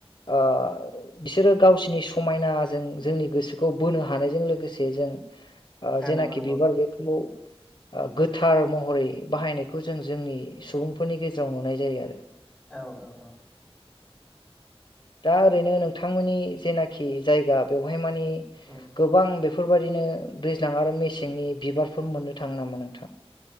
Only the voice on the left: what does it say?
ओ बिसोरो गावसिरनि समायनाजों जोंनि गोसो खौ बोनो हानायजों लोगोसे जों ओ जेनाखि
बिबार बेखौ ओ गोथार महरै बाहायनायखौ जों जोंनि सुबुंफोरनि गेजेराव नुनाय जायो आरो।
दा ओरैनो नोंथांमोननि जेनाखि जायगा बेवहाय मानि
गोबां बेफ फोरबायदिनो दैज्लां आरो मेसेंनि बिबारफोर मोननो थाङो नामा नोंथां?